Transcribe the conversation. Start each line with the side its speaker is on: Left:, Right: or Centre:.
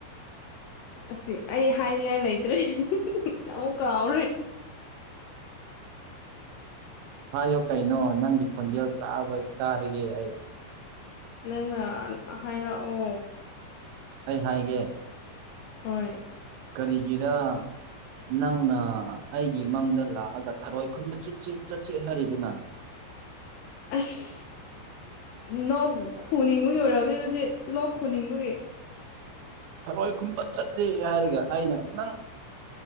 Left: ꯑꯁꯤ ꯑꯩ ꯍꯥꯏꯅꯤꯡꯉꯥꯏ ꯂꯩꯇ꯭ꯔꯦ ꯑꯃꯨꯛ ꯀꯥꯎꯔꯦ
Right: ꯍꯥꯏꯌꯣ ꯀꯩꯅꯣ ꯅꯪꯒꯤ ꯈꯣꯟꯖꯦꯜ ꯆꯥꯕ ꯆꯥꯔꯒꯦ ꯑꯩ
Left: ꯅꯪꯅ ꯍꯥꯏꯔꯛꯑꯣ
Right: ꯑꯩ ꯍꯥꯏꯒꯦ
Left: ꯍꯣꯏ
Right: ꯀꯔꯤꯒꯤꯔ ꯅꯪꯅ ꯑꯩꯒꯤ ꯃꯪꯗ ꯂꯥꯛꯑꯒ ꯊꯔꯣꯏ ꯈꯨꯟꯕ ꯆꯠꯁꯦ ꯍꯥꯏꯔꯤꯗꯨꯅ
Left: <unintelligible> ꯑꯁ ꯅꯣꯛ ꯈꯨꯅꯤꯡꯕ ꯌꯣꯏꯔꯑꯃꯦ ꯑꯗꯨꯗꯤ ꯂꯣꯛ ꯈꯨꯣꯟꯅꯤꯡꯕꯒꯤ
Right: ꯊꯔꯣꯏ ꯈꯨꯟꯕ ꯆꯠꯁꯤ ꯍꯥꯏꯔꯒ ꯑꯩꯅ ꯅꯪ